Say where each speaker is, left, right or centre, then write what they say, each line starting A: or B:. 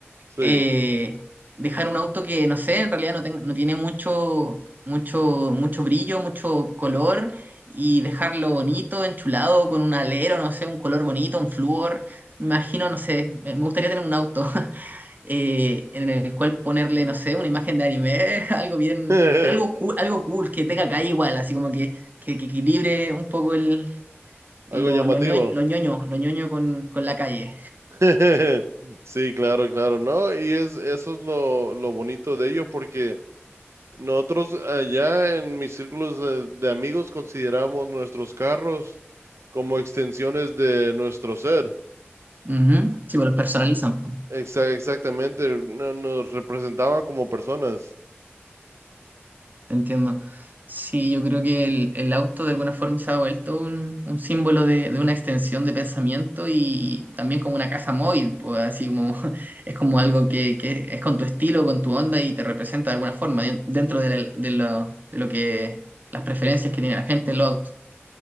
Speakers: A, on the right (about 85°); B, on the right (about 45°).
A: Sí,
B: Eh, dejar un auto que, no sé, en realidad no, ten- no tiene mucho, mucho, mucho brillo, mucho color, y dejarlo bonito, enchulado, con un alero, no sé, un color bonito, un flúor. Me imagino, no sé, me me gustaría tener un auto. <laughs> eh, en el cual ponerle, no sé, una imagen de anime, <laughs> algo bien,
A: <laughs>
B: pero algo cool, algo cool, que tenga calle igual, así como que, que, que equilibre un poco el, lo,
A: algo llamativo.
B: lo, ñoño, lo ñoño, lo ñoño con, con la calle.
A: <laughs> Sí, claro, claro, ¿no? Y es, eso es lo, lo bonito de ello porque... Nosotros allá en mis círculos de, de amigos consideramos nuestros carros como extensiones de nuestro ser.
B: Ujú, Sí, pues los personalizan.
A: Exa- exactamente, no- nos representaban como personas.
B: Entiendo. Sí, yo creo que el, el auto de alguna forma se ha vuelto un, un símbolo de, de una extensión de pensamiento y también como una casa móvil, pues así como <laughs> es como algo que, que es con tu estilo, con tu onda y te representa de alguna forma de- dentro de, la- de lo, de lo que las preferencias que tiene la gente en los autos.